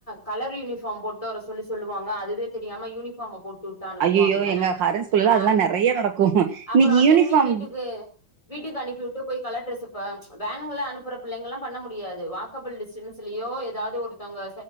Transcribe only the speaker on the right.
ஐயோ எங்க ஹாரன் ஸ்கூல்ல
அதெல்லாம் நெறைய நடக்கும்
இன்னைக்கு யூனிஃபார்ம்